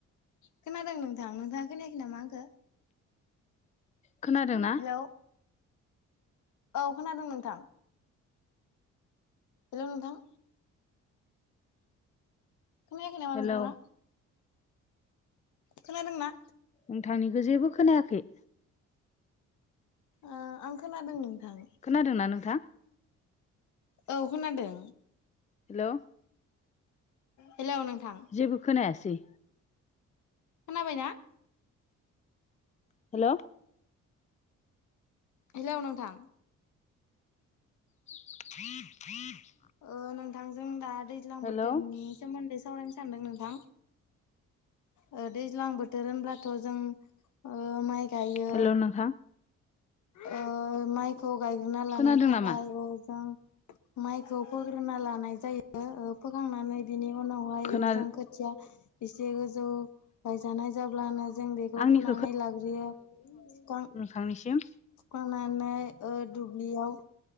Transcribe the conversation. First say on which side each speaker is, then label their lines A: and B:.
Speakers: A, on the left (about 70°); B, on the left (about 25°).
A: खोनादों नोंथां नोंथाङा खोनायाखै नामा आंखौ?
B: खोनादों ना?
A: हेलौ औ खोनादों नोंथां। -रो नोंथां। खोनायाखै नामा
B: हेलौ
A: नोंथांआ? खोनादोंना?
B: नोंथांनिखौ जेबो खोनायाखै।
A: ओ आं खोनादों नोंथां।
B: खोनादों ना नोंथां?
A: औ खोनादों।
B: हेल'।
A: हेलौ नोंथां।
B: जेबो खोनायासै।
A: खोनाबायना?
B: हेल'।
A: हेल' नोंथां।
B: ह थ <unintelligible>
A: ओ नोंथांजों दा दैज्लां
B: हेलौ
A: बोथोरनि सोमोन्दै सावरायनो सानदों नोंथां। ओ दैज्लां बोथोर होनब्लाथ' जों ओ माइ गायो
B: खेल' नथा <unintelligible>
A: ओ माइखौ गायग्रोना लानो
B: खोनादों
A: थाखाय
B: नामा
A: अ जों माइखौ फोग्रोना लानाय जायो ओ फोखांनानै बिनि उनाव आरो
B: खोना
A: जों खोथिया एसे गोजौयै गायजानाय जाब्लानो जों बेखौ
B: आंनिखौ
A: फुनानै लाग्रोयो <unintelligible>
B: -फांनिसिम
A: -नानै दुब्लियाव